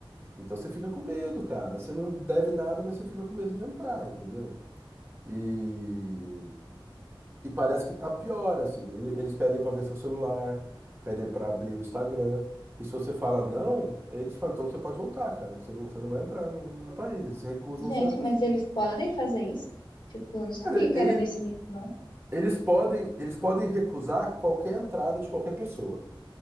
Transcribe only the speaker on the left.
Gente,
mas eles podem fazer isso? Tipo, eu não sabia
que
era nesse nível, não.